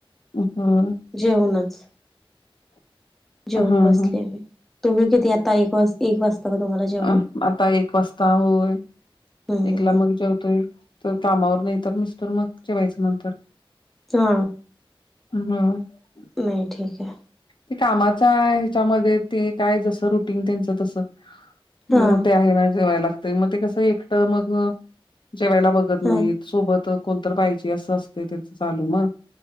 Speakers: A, on the left (about 55°); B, in the centre.
A: होय
B: जेउनच
A: <inaudible>
B: जेऊन बसले
A: हा
B: मी तुम्ही किती आता एक वाज एक वाजता का तुम्हाला जेवायला
A: अ आता एक वाजता होय
B: हम्म
A: एकला
B: हम्म
A: मग जेवतोय तवर कामावरणं येतात मिस्टर मग जेवायचं नंतर
B: हा
A: म्ह
B: नाही ठीक आहे.
A: ते कामाचा ह्याच्यामध्ये ते काय जसं रुटिंग त्यांच तसं
B: हा
A: म ते आहे ना जेवायला लागतय मग ते कसं एकटं मग जेवायला बघत
B: हा
A: नाहीत. सोबत कोणत पाहिजे असं असते त्याच चालू ना,